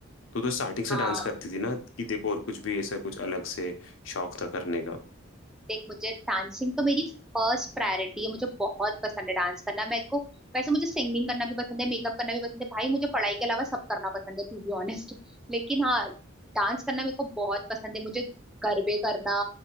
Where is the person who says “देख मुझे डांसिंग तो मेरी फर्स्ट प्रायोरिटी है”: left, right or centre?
Centre